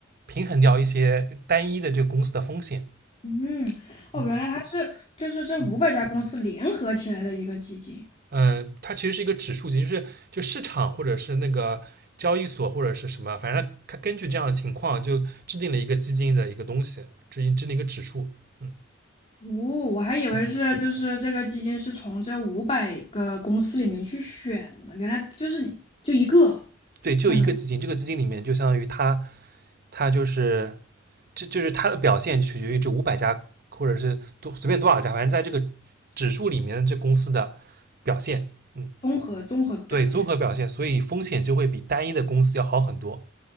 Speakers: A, on the right; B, on the left.
A: 平衡掉一些单一的这个公司的风险。
B: 嗯，
A: 嗯
B: 哦，原来它是就是这五百家公司联合起来的一个基金。
A: 嗯，呃，它其实是一个指数级，就是就市场或者是那个交易所或者是什么，反正它根据这样的情况就制定了一个基金的一个东西，制定制定一个指数。嗯
B: 哦，我还以为是就是这个基金是从这五百个公司里面去选的，
A: 嗯。
B: 原来就是就一个，
A: 对，就一个基金，
B: 相当于
A: 这个基金里面就相当于它，它就是这就是它的表现取决于这五百家或者是多随便多少家，反正在这个指数里面这公司的表现，嗯，
B: 综合综合表现。
A: 对，综合表现，所以风险就会比单一的公司要好很多，